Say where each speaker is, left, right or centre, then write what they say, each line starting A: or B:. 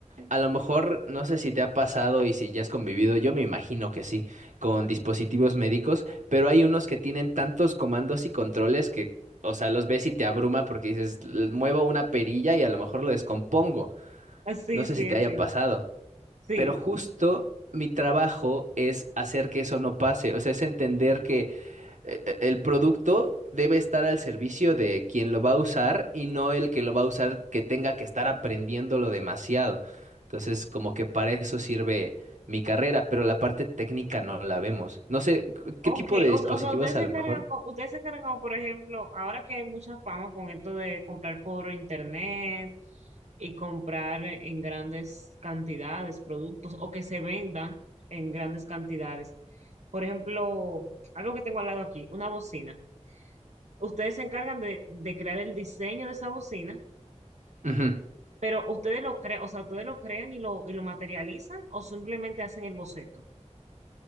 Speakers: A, on the right; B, on the right.
A: A lo mejor no sé si te ha pasado y si ya has convivido, yo me imagino que sí, con dispositivos médicos, pero hay unos que tienen tantos comandos y controles que O sea, los ves y te abruma porque dices, "L- muevo una perilla y a lo mejor lo descompongo.
B: Sí,
A: No sé
B: <laughs> sí,
A: si te
B: sí,
A: haya
B: sí.
A: pasado
B: Sí,
A: pero justo mi trabajo es hacer que eso no pase, o sea, es entender que eh, eh, el producto debe estar al servicio de quien lo va a usar y no el que lo va a usar que tenga que estar aprendiéndolo demasiado. Entonces, como que para eso sirve mi carrera, pero la parte técnica no la vemos. No sé, c- ¿qué
B: Ok,
A: tipo de dispositivos
B: o, o sea, ustedes se
A: a lo
B: encargan,
A: mejor?
B: co- ustedes se encargan como, por ejemplo, ahora que hay mucha fama con esto de comprar por internet y comprar en grandes cantidades productos o que se vendan en grandes cantidades. Por ejemplo, algo que tengo al lado aquí, una bocina. Ustedes se encargan de, de crear el diseño de esa bocina,
A: Ujú.
B: pero ustedes lo crean, o sea, ustedes lo crean y lo, y lo materializan o simplemente hacen el boceto.